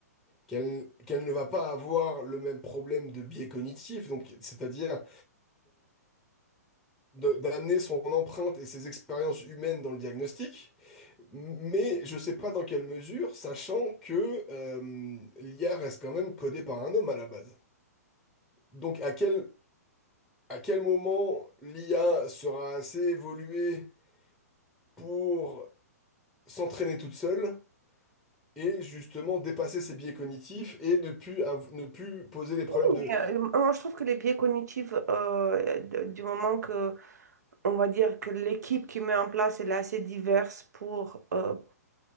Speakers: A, in the centre; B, on the right (about 80°).
A: Qu'elle qu'elle ne va pas avoir le même problème de biais cognitif, donc c'est-à-dire de- d'amener son empreinte et ses expériences humaines dans le diagnostic, mais je sais pas dans quelle mesure, sachant que euh, l'IA reste quand même codée par un homme à la base. Donc à quel, à quel moment l'IA sera assez évoluée pour s'entraîner toute seule et justement dépasser ses biais cognitifs et ne plus, av- ne plus poser des problèmes
B: Mais,
A: de...
B: euh, moi, je trouve que les biais cognitifs, euh, de- du moment que, on va dire que l'équipe qui met en place, elle est assez diverse pour euh,